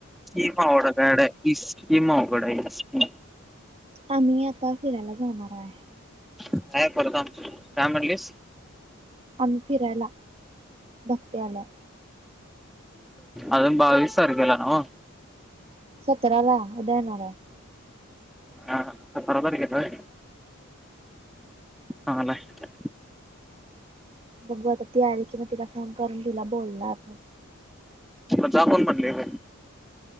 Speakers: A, in the centre; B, on the right.
A: स्कीम अवघड आहे, इस्कीम अवघड आहे, इस्कीम
B: आम्ही आता फिरायला जाणार आहे.
A: काय करता काय म्हणलीस?
B: आम्ही फिरायला भक्त्या आल्या.
A: अजून बावीस तारखेला ना हो?
B: सतरा ला उद्या येणार आहे.
A: हा सतरा तारखेचा आहे? चांगला आहे.
B: बघू आता ती आली कि म तिला फोन करून तिला बोलणार.
A: म जा कोण म्हटले काय?